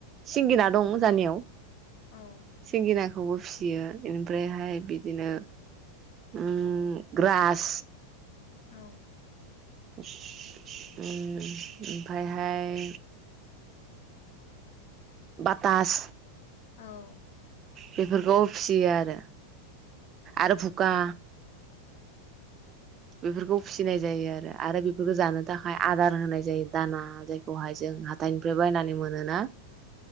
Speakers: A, on the right; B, on the left.
A: सिंगिना दं जानियाव।
B: औ
A: सिंगिना बेखौबो फिसियो बेनिफ्रायहाय बिदिनो ओम ग्रास
B: औ
A: ओमफ्रायहाय बाथास।
B: औ।
A: बेफोरखौ फियो आरो आरो भुखा बेफोरखौ फिसिनाय जायो आरो आरो बेफोरखौ जानो थाखाय आदार होनाय जायो दाना जायखौहाय जों हाथाइनिफ्राय बायनानै मोनोना